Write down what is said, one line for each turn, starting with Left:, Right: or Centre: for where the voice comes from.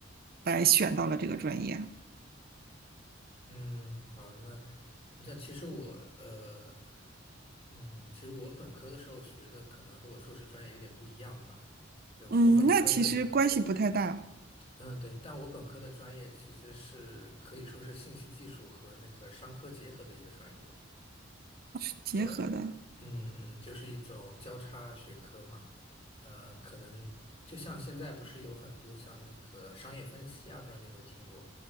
Right: 来选到了这个专业？
Left: 嗯，好，那那其实我呃，嗯，其实我本科的时候学的可能和我硕士专业有点不一样吧，就我本科的，
Right: 嗯，那其实关系不太大，
Left: 嗯，对，但我本科的专业其实是可以说是信息技术和那个商科结合的一个专业。
Right: 是结合的。
Left: 对，嗯嗯，就是一种交叉学科嘛，呃，可能就像现在不是有很多像那个商业分析啊，不知道你有没有听过，